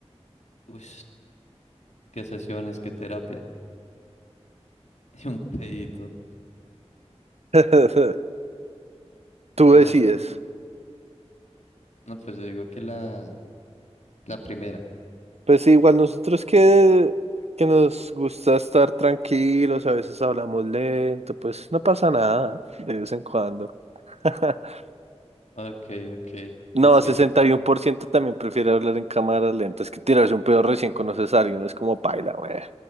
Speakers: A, on the left (about 85°); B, on the right (about 65°).
A: Uy, qué sesiones, qué terapia. <laughs> Y un pedito.
B: <laughs> Tú
A: No,
B: decides.
A: yo- no, pues yo digo que la, la primera.
B: Pues sí, igual nosotros que, que nos gusta estar tranquilos, a veces hablamos lento, pues no pasa nada de vez en cuando. <laughs>
A: Ok, ok.
B: No,
A: Pues sí.
B: 61% también prefiere hablar en cámaras lentas que tirarse un pedo recién conoces a alguien. Es como paila, güey.